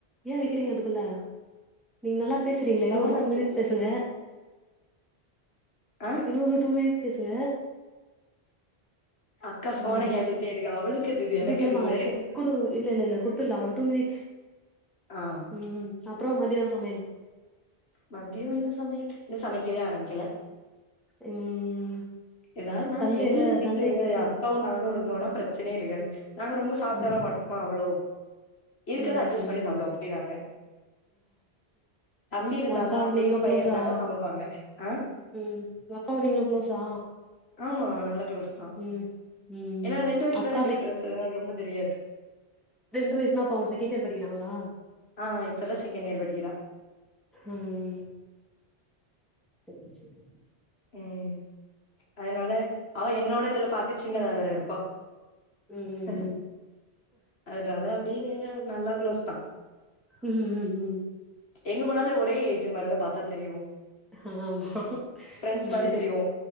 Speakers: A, in the centre; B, on the left.
A: ஏ வக்கிறீங்க அதுக்குள்ள நீங்க நல்லா பேசுறீங்ளே
B: லெவன்
A: இன்னு ஒரு
B: ஆச்சு
A: டூ மினிட்ஸ் பேசுங்க
B: ஆ
A: இன்னொரு ட்உ மினிட்ஸ் பேசுங்க
B: அக்கா போன
A: இல்ல
B: கேட்டுட்டே இருக்கா அவளுக்கது இது எனக்கது
A: கேப்பாங்க
B: இல்ல
A: குடு இல்ல இல்ல இல்ல குடுத்துடலா ஒரு டூ மினிட்ஸ்
B: ஆ ஓகே
A: ம் அப்றோ மதிய என்ன சமயல்
B: மதியம் என்ன சமயல் இன்னு சமைக்கவே ஆரமிக்கல
A: ம்
B: எதாது நானு
A: சண்டேல
B: எங்களுக்கு வீட்ல
A: சண்டே
B: எங்க
A: ஸ்பெஷல்
B: அக்காவும் நானு இருந்தோனா பிரச்சனயே இருக்காது நாங்க ரொம்ப சாப்புடல
A: ம்
B: மாட்டோமா அவ்ளோ இருக்கறத
A: ம்
B: அட்ஜஸ்
A: ம்
B: பண்ணி
A: ம்
B: சாப்புடுவ அப்டி நாங்க தம்பி இருந்தா
A: உங்க அக்காவு
B: தா பெரியம்மா
A: நீங்களு
B: பைய
A: க்ளோஸா
B: இருந்தாதா சமைபாங்க ஆன்
A: ம் அக்காவு நீங்களு க்ளோஸா
B: ஆமா நல்ல க்ளோஸ் தா
A: ம் ம்
B: ஏன்னா ரெண்டு வயசு
A: அக்கா
B: தானே டிப்ரன்ஸ்
A: செக்
B: அதனால ரொம்ப தெரியாது
A: ரெண்டு வயசுனா அப்ப அவுங்க செகண்ட் இயர் படிக்கிறாங்களா
B: ஆண் இப்பதா செகண்ட் இயர் படிக்கிறா
A: ம் செரி செரி
B: ம் அதனால அவ என்னோட இதுல பாக்க சின்னதா வேற இருப்பா
A: ம் ம்
B: ஹ அதனால அப்டியின்னே நல்லா க்ளோஸ் தா
A: ம் ம் ம் ம்
B: எங்க போனாலு ஒரே ஏஜூன் மாரி தா பாத்தா தெரியு
A: ஆமா
B: ப்ரெண்ட்ஸ்
A: ம்
B: மாரி தெரிவோன்